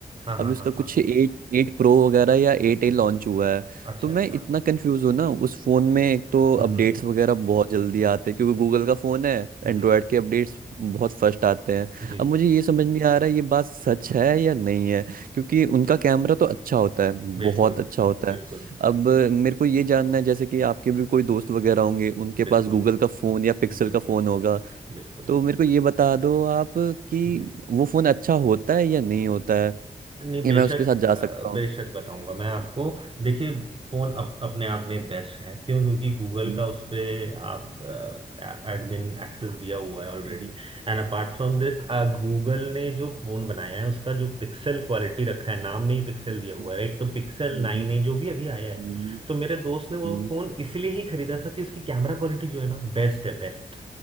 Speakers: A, on the right (about 35°); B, on the right (about 65°).
A: हाँ हाँ
B: अभी उसका
A: हाँ
B: कुछ
A: हाँ
B: एट एट प्रो वगैरह या एट ए लॉन्च हुआ है
A: अच्छा
B: तो मैं
A: अच्छा
B: इतना कंफ्यूज हूँ ना उस फ़ोन में एक तो अपडेट्स
A: हम्म हम्म हम्म,
B: वगैरह बहुत जल्दी आते हैं क्योंकि गूगल का फ़ोन है
A: जी
B: एंड्रॉयड के अपडेट्स बहुत फर्स्ट आते हैं
A: जी
B: अब मुझे ये समझ नहीं आ रहा है ये बात सच है या नहीं है क्योंकि उनका कैमरा तो अच्छा होता है
A: बिल्कुल
B: बहुत अच्छा होता
A: बिल्कुल
B: है अब
A: बिल्कुल
B: अ, मेरे को ये जानना है जैसे कि आपके भी कोई दोस्त वगैरह होंगे उनके पास
A: बिल्कुल
B: गूगल का फ़ोन या पिक्सल
A: बिल्कुल
B: का फ़ोन होगा
A: बिल्कुल
B: तो मेरे को ये बता दो आप कि
A: जी
B: वो फ़ोन अच्छा होता है या नहीं होता है
A: नहीं
B: ये
A: बेशक
B: मैं उसके साथ जा
A: अ,
B: सकता हूँ
A: बेशक बताऊंगा मैं आपको देखिए फोन अप, अपने आप में बेस्ट है क्यों क्योंकि गूगल
B: हम्म,
A: का उस पे आप एडमिन एक्सेस दिया हुआ है already
B: हम्म,
A: And apart from this Google ने जो फोन बनाया है उसका जो पिक्सल क्वालिटी रखा है नाम में ही पिक्सल
B: हम्म,
A: दिया हुआ
B: हम्म,
A: है राइट तो पिक्सल
B: हम्म,
A: नाइन है जो भी अभी आया है
B: हम्म,
A: तो मेरे दोस्त ने वो
B: हम्म,
A: फोन इसलिए ही खरीदा था कि उसकी कैमरा क्वालिटी जो है ना बेस्ट है बेस्ट